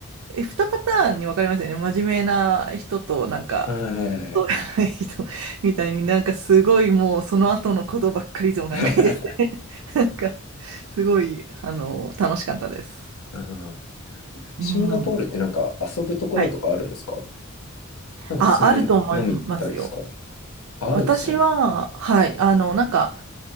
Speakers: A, on the right; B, on the left.
A: え、2パターンに分かりますよね。真面目な人となんか
B: はいはいはい。
A: <laughs> 人みたいになんかすごいもうその後のことばっかりいつも考えて
B: <laughs>
A: <laughs> なんか、すごい、あの、楽しかったです。
B: あーシンガポールってなんか遊ぶところとかあるんですか
A: うん。はい。
B: なんか普通に飲み行ったりですか
A: あ、あると思いますよ。
B: あ、
A: 私は、
B: あるんですね。
A: はい、あの、なんか、